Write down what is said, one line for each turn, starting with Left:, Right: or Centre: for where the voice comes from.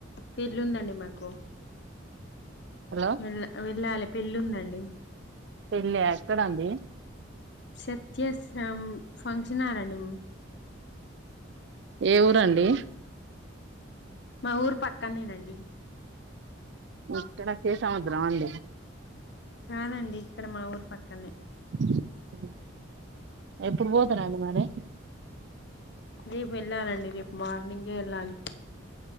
Left: పెళ్ళుందండి మాకు
Right: హలో
Left: వెళ్ళ వెళ్ళాలి పెళ్ళి ఉందండి
Right: పెళ్ళి ఎక్కడండి
Left: షేత్యేస్రం ఫంక్షన్ హల్ అండు
Right: ఏ ఊరండి
Left: మా ఊరు పక్కనేనండి
Right: ఇక్కడ కే సముద్రమా అండి
Left: కాదండి ఇక్కడ మా ఊరు పక్కనే
Right: అ ఎప్పుడు పోతురు అండి మరి
Left: రేపు వెళ్ళాలండి రేపు మార్నింగే ఏళ్ళాలి